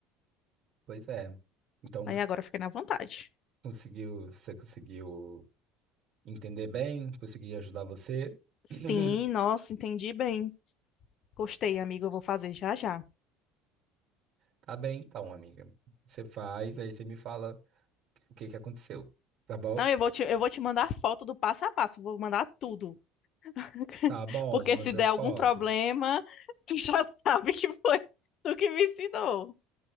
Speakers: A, on the right; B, on the left.
A: Pois é. Então,
B: Aí
A: s-
B: agora eu fiquei na vontade.
A: conseguiu, você conseguiu entender bem? Consegui ajudar você?
B: Sim,
A: <laughs>
B: nossa, entendi bem. Gostei, amigo, eu vou fazer já já.
A: Tá bem, então, amiga. Você faz, aí você me fala o que que aconteceu, tá bom?
B: Não, eu vou te, eu vou te mandar foto do passo a passo, vou mandar tudo. <laughs>
A: Tá bom,
B: Porque
A: manda
B: se der
A: foto.
B: algum problema, <laughs> tu já sabe que foi tu que me ensinou.